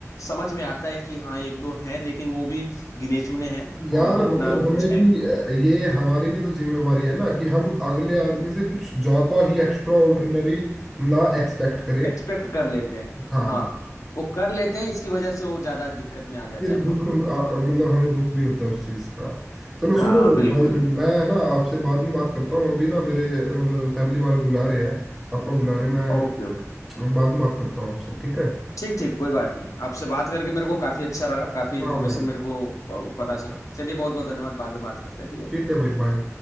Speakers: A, on the left; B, in the centre.
A: समझ में आता है कि हाँ एक दो हैं लेकिन वो भी गिने चुने हैं
B: यार
A: और उतना
B: मतलब
A: कुछ
B: हमें
A: है
B: भी
A: नहीं
B: अ, ये हमारी भी तो जिम्मेवारी है ना कि हम अगले आदमी से कुछ ज्यादा ही एक्स्ट्रा ऑर्डिनरी ना एक्सपेक्ट करें
A: एक्सपेक्ट कर लेते हैं
B: हाँ
A: हाँ वो कर लेते हैं इसकी वजह से वो ज्यादा दिक्कत में आ जाते
B: फिर
A: हैं हम
B: दुख
A: लोग
B: अ, अ, मतलब हमें दुख भी होता है उस चीज का चलो सुनो
A: हाँ बिल्कुल
B: भाई
A: बिल्कुल
B: मैं ना आपसे बाद में बात करता हूँ अभी ना मेरे अ, मतलब फैमिली वाले बुला रहे हैं पापा बुला रहे हैं मैं
A: Okay okay
B: अ, बाद में बात करता हूँ आपसे ठीक है
A: ठीक ठीक कोई बात नहीं आपसे बात करके मेरे को काफी अच्छा लगा काफी इन्फॉर्मेशन
B: हाँ भाई
A: मेरे को अ, पता चला चलिए बहुत बहुत धन्यवाद बाद में बात करते हैं ठीक है
B: ठीक है भाई बाय